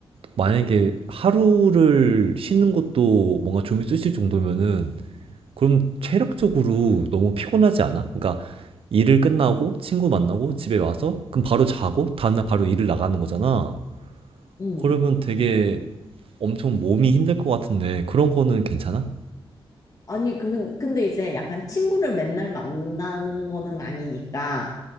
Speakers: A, on the right (about 75°); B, on the left (about 40°).
A: 만약에 하루를 쉬는 것도 뭔가 좀이 쓰실 정도면은 그럼 체력적으로 너무 피곤하지 않아? 그러니까 일을 끝나고 친구 만나고 집에 와서 그럼 바로 자고 다음날 바로 일을 나가는 거잖아.
B: 응.
A: 그러면 되게 엄청 몸이 힘들 것 같은데 그런 거는 괜찮아?
B: 아니, 그, 근데 이제 약간 친구를 맨날 만나는 거는 아니니까.